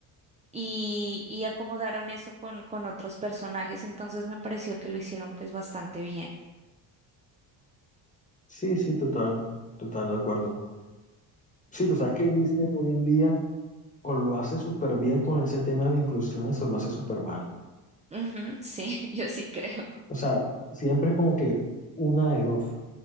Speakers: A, on the right; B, on the left.
A: y, y acomodaron eso con, con otros personajes, entonces me pareció que lo hicieron pues bastante bien.
B: Sí, sí, total, total, de acuerdo. Sí, tú sabes que Disney hoy en día o lo hace súper bien con ese tema de inclusiones o lo hace súper mal.
A: Ujú, sí, <laughs> yo sí creo.
B: O sea, siempre es como que una de dos.